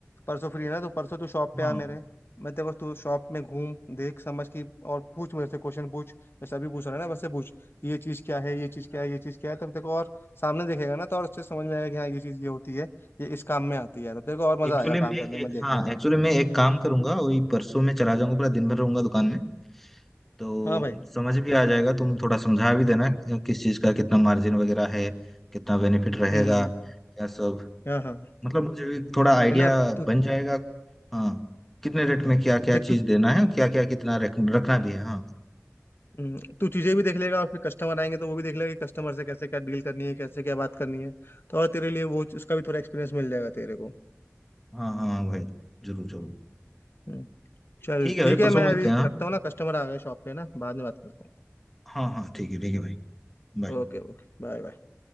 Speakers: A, on the left; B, in the centre.
A: परसों फ्री है ना तो परसों तू शॉप पे
B: हाँ
A: आ मेरे मैं तेरे को तू शॉप में घूम देख समझ की और पूछ मेरे से क्वेश्चन पूछ जैसे अभी पूछ रहा है ना वैसे पूछ ये चीज क्या है ये चीज क्या है ये चीज क्या है तब तेरे को और सामने देखेगा ना तो और अच्छे से समझ में आएगा कि हाँ ये चीज ये होती है ये इस काम में आती है तो तेरे को और मजा
B: एक्चुअली
A: आएगा
B: मैं
A: काम करने
B: ए,
A: में देखने
B: हाँ
A: में
B: एक्चुअली मैं एक काम करूंगा वही परसों में चला जाऊंगा पूरा दिन भर रहूंगा दुकान में तो
A: हाँ भाई
B: समझ भी आ जाएगा तुम थोड़ा समझा भी देना कि किस चीज़ का कितना मार्जिन वगैरह है कितना बेनिफिट रहेगा
A: हम्म
B: क्या सब
A: हाँ हाँ
B: मतलब मुझे भी थोड़ा आइडिया
A: वही ना तू
B: बन जाएगा हाँ कितने रेट में क्या क्या
A: देख
B: चीज़
A: तू
B: देना है और क्या क्या कितना रख, रखना भी है हाँ
A: हम्म, तू चीजें भी देख लेगा और फिर कस्टमर आएंगे तो वो भी देख लेगा कि कस्टमर से कैसे क्या डील करनी है कैसे क्या बात करनी है तो और तेरे लिए वो उसका भी थोड़ा एक्सपीरियंस मिल जाएगा तेरे को
B: हाँ हाँ भाई जरूर जरूर
A: हम्म। चल
B: ठीक है
A: ठीक
B: भाई
A: है
B: परसों
A: मैं
B: मिलते
A: अभी
B: हैं हाँ
A: रखता हूँ ना कस्टमर आ गए शॉप पे ना बाद में बात करता
B: हाँ हाँ ठीक है ठीक है भाई बाय
A: हूँ Okay okay bye bye